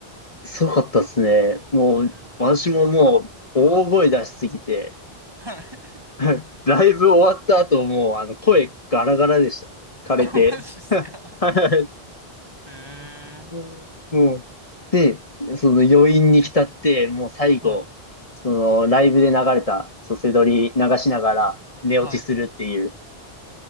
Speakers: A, on the left; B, on the right.
A: すごかったですね。もう、
B: へえ。
A: 私ももう大声出しすぎて、
B: はい。
A: <laughs> ライブ終わった後もう、あの、声ガラガラでした。枯れて。
B: あ、マジっすか。
A: <laughs> はい
B: へえ。
A: うんもう、で、その余韻に浸って、もう最後、
B: はい。
A: そのライブで流れた、そセドり流しながら寝落ちするっていう。
B: はい。